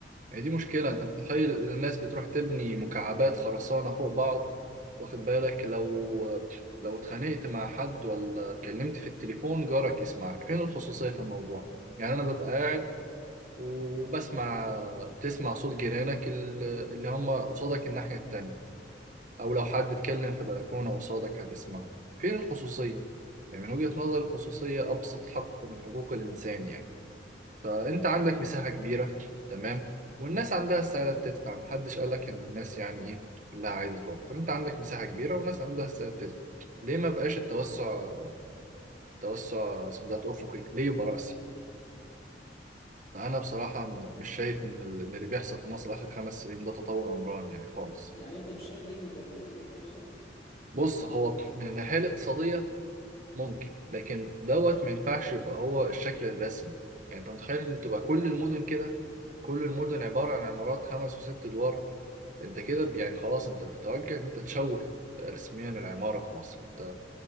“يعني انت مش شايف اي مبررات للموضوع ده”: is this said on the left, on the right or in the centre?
Left